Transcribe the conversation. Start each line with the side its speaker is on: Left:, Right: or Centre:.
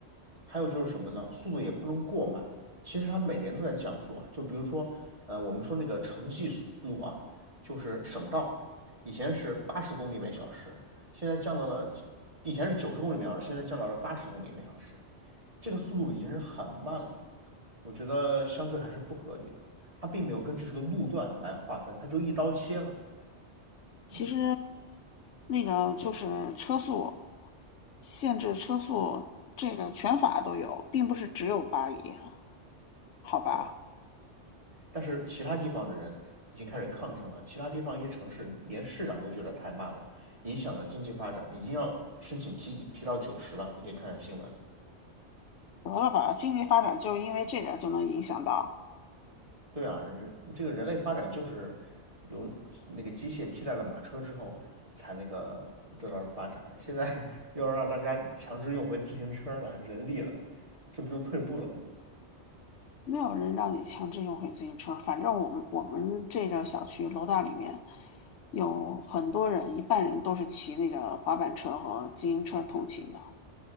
Right: 还有就是什么呢？速度也不能过慢。其实它每年都在降速啊，就比如说，呃，我们说那个城际速路啊，就是省道，以前是八十公里每小时，现在降到了，以前是九十公里每小时，现在降到了八十公里每小时，这个速度已经是很慢了，我觉得相对还是不合理的。它并没有根据这个路段来划分，它就一刀切了。
Left: 其实
Right: 嗯。
Left: 那个就是车速限制车速这个全法都有，并不是只有巴黎，好吧？
Right: 对。但是其他地方的人已经开始抗争了，其他地方一些城市连市长都觉得太慢了，影响了经济发展，已经要申请提提到九十了。你可以看看新闻。
Left: 得了吧，经济发展就因为这点就能影响到，
Right: 对啊，人这个人类发展就是由那个机械替代了马车之后才那个得到了发展，现在 <laughs> 又要让大家强制用回自行车了，人力了，这不就退步了吗？
Left: 没有人让你强制用回自行车。反正我们我们这个小区楼道里面有很多人，一半人都是骑那个滑板车和自行车通勤的，